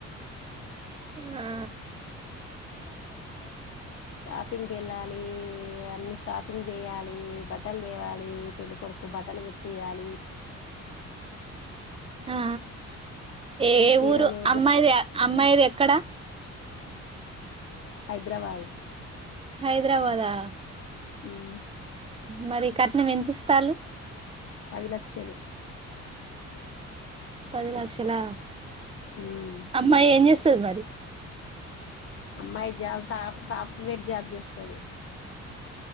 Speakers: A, on the right (about 20°); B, on the left (about 45°).
A: ఆ
B: <inaudible> షాపింగ్కెళ్ళాలీ అన్ని షాపింగ్ చేయాలీ బట్టలు తేవాలీ పెళ్ళికొడుకు బట్టలు కుట్టియాలీ
A: ఆ ఏ
B: చీరలు
A: ఊరు అమ్మాయిది అమ్మాయిది ఎక్కడా
B: హైద్రాబాదు
A: హైదరాబాదా
B: ఉమ్
A: మరీ కట్నం ఎంత ఇస్తాన్లు.
B: పది లక్షలు.
A: పది లక్షలా!
B: ఉమ్
A: అమ్మాయి ఏం చేస్ చెత్తది మరి
B: అమ్మాయి జాబ్ సా సాఫ్ట్వేర్ జాబ్ చేస్తది.